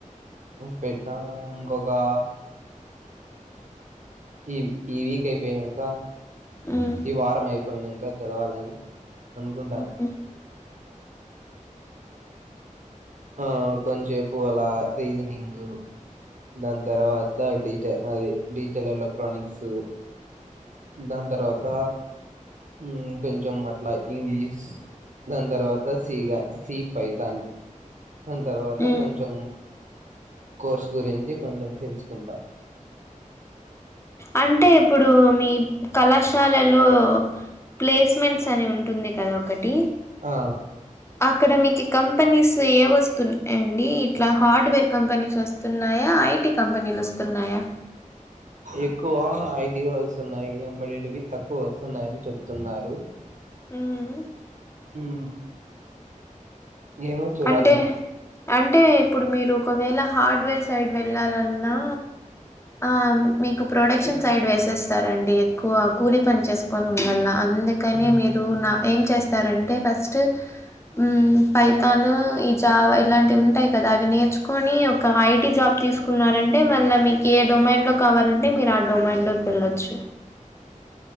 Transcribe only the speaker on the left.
హ్మ్.
హ్మ్.
హ్మ్.
అంటే ఇప్పుడు మీ కళాశాలలో ప్లేస్మెంట్స్ అని ఉంటుంది కదా ఒకటి.
అక్కడ మీకు కంపెనీస్ ఏవస్తున్నాయండి. ఇట్లా హార్డ్వేర్ కంపెనీస్ వస్తున్నాయా, ఐటీ కంపెనీలు వస్తున్నాయా.
హుహ్
అంటే అంటే ఇప్పుడు మీరు ఒకవేళ హార్డ్వేర్ సైడ్ వెళ్ళాలన్నా ఆ మీకు ప్రొడక్షన్ సైడ్ వేసేస్తారండి ఎక్కువ కూలీ పని చేసుకొని ఉండాలా. అందుకని
మీరు నా ఎంచేస్తారంటే ఫస్ట్ హ్ పై తాను ఈ జావా ఇలాంటివి ఉంటాయి కదా అవి నేర్చుకొని ఒక ఐటీ జాబ్ తీసుకున్నారంటే మరి మళ్లా మీకు ఏ డొమైన్ లో కావాలంటే మీరు ఆ డొమైన్ లోకి వెళ్ళొచ్చు.